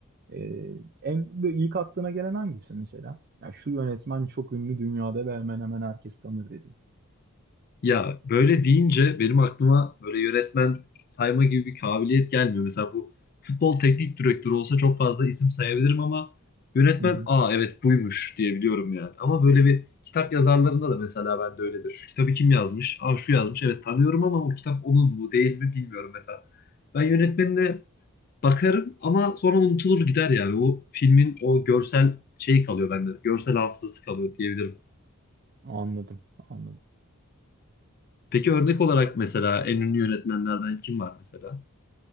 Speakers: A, on the right (about 45°); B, on the left (about 45°).
A: Ee, en böyle ilk aklına gelen hangisi mesela? Ya şu yönetmen çok ünlü dünyada ve hemen hemen herkes tanır dediğin.
B: Ya böyle deyince benim aklıma böyle yönetmen sayma gibi bir kabiliyet gelmiyor. Mesela bu futbol teknik direktörü olsa çok fazla isim sayabilirim ama yönetmen
A: Hı hı.
B: aa evet buymuş diyebiliyorum yani. Ama böyle bir kitap yazarlarında da mesela ben de öyledir. Şu kitabı kim yazmış? Aa şu yazmış. Evet tanıyorum ama o kitap onun mu değil mi bilmiyorum mesela. Ben yönetmenine bakarım ama sonra unutulur gider yani. O filmin o görsel şeyi kalıyor bende. Görsel hafızası kalıyor diyebilirim.
A: Anladım, anladım.
B: Peki örnek olarak mesela en ünlü yönetmenlerden kim var mesela?